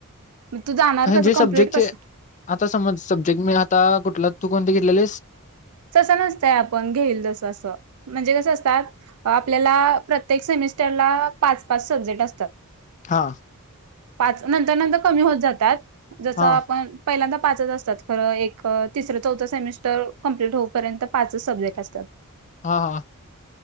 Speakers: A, on the right; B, on the left.
A: मग तू जाणार कसं
B: जे सब्जेक्टचे,
A: कम्प्लीट कसं
B: आता समज सब्जेक्ट मी आता कुठल तू कोणते घेतलेलीस?
A: तस नसतय आपण घेईल जस अस म्हणजे कसं असतात. आपल्याला प्रत्येक स सेमिस्टर ला पाच पाच सब्जेक्ट असतात.
B: हा.
A: पाच नंतर नंतर कमी होत जातात. जस
B: हा
A: आपण पहिल्यांदा पाच असतात खरं एक तिसरं चौथं सेमिस्टर कंप्लीट होऊपर्यंत पाच सब्जेक्ट असतात.
B: हा हा.